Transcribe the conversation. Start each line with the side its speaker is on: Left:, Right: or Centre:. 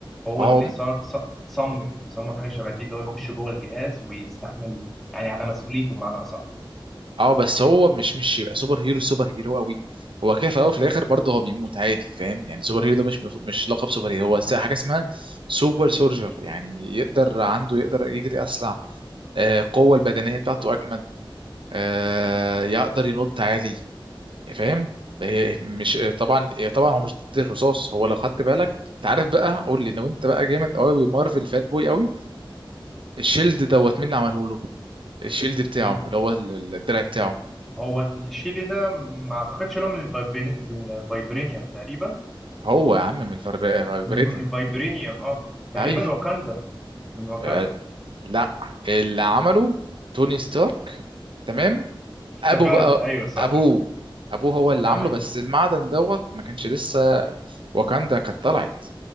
Centre: هو
Right: هو
Centre: اللي صار ص- صمم صمم حاجة شبه دي اللي هو يخش جوه الجهاز ويستحمل يعني على مسؤوليته بمعنى أصح
Right: اه بس هو مش مش يبقى سوبر هيرو سوبر هيرو قوي هو كده في الاول وفي الاخر برضه هو بيموت عادي فاهم يعني سوبر هيرو ده مش مش لقب سوبر هيرو هو س- حاجه اسمها سوبر سولجر يعني يقدر عنده يقدر يجري اسرع آه القوه البدنيه بتاعته اجمد آه يقدر ينط عالي فاهم هي- مش طبعا طبعا هو مش ضد الرصاص هو لو خدت بالك انت عارف بقى قول لي لو انت بقى جامد قوي مارفل فات بوي قوي الشيلد دوت مين اللي عمله له الشيلد بتاعه
Centre: ال-
Right: اللي هو ال- الدرع بتاعه
Centre: هو الشيلي ده ما اعتقدش لهم الفايبرينيوم تقريبا
Right: هو يا عم من الفبر- فبرينيا
Centre: الف- الفايبرينيوم اه تقريبا
Right: ايوه
Centre: واكاندا من واكاندا
Right: آه، لا اللي عمله توني ستارك تمام
Centre: افتكرت
Right: ابو بقى
Centre: ايوه صح
Right: ابوه ابوه هو اللي
Centre: تمام
Right: عامله بس المعدن دوت ما كانش لسه واكاندا كانت طلعت